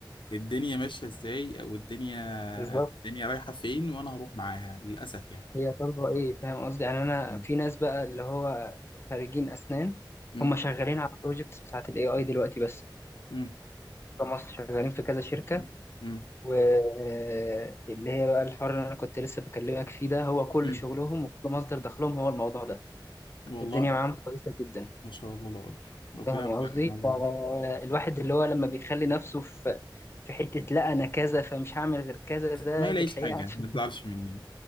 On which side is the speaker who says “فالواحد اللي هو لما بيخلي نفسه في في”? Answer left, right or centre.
Left